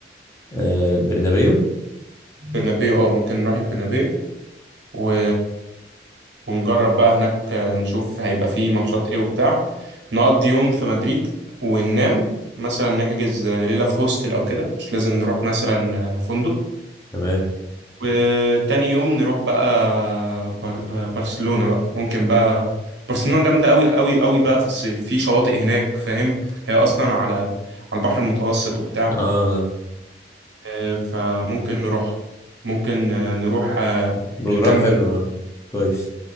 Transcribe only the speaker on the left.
آه برنابيو
تمام
اه
بروجرام
حلو
اه كويس